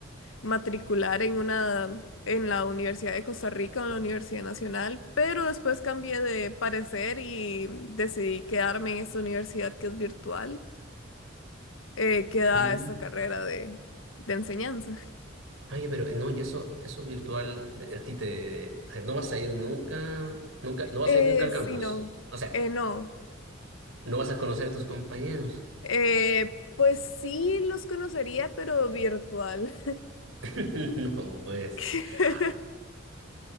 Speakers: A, on the left; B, on the right.
A: matricular en una en la Universidad de Costa Rica o en la Universidad Nacional, pero después cambié de parecer y decidí quedarme en esta universidad que es virtual, eh, que da
B: Mm.
A: esta carrera de, de enseñanza.
B: Oye, pero eh, no, y eso, eso virtual, eh, a ti te, o sea, no vas a ir nunca, nunca, no vas
A: Eh,
B: a ir nunca al campus.
A: sí, no.
B: O sea,
A: Eh, no,
B: no vas a conocer a tus compañeros.
A: Eh, pues sí los conocería, pero virtual.
B: <laughs> No, pues,
A: <laughs>
B: ah,